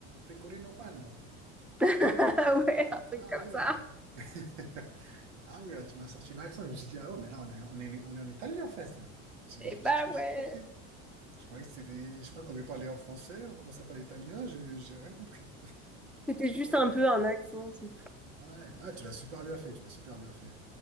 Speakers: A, on the right (about 85°); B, in the centre.
A: Pecorino Pano.
B: <laughs> Ouais,
A: C'est ça.
B: un truc
A: Ah
B: comme
A: oui.
B: ça.
A: <laughs> Ah oui, là, tu m'as sorti l'accent. Je me suis dit, ah ouais, mais là, on est, on est, on est en Italie, en fait. là. J'ai-
B: Eh
A: j'ai-
B: bah
A: J'avais
B: ouais.
A: pas capté. Je croyais que c'était des... Je crois qu'on devait parler en français, on commence à parler italien, j'ai j'ai rien compris.
B: C'était juste un peu un accent, c'est tout.
A: Ah, ouais. Ah, tu l'as super bien fait, tu l'as super bien fait.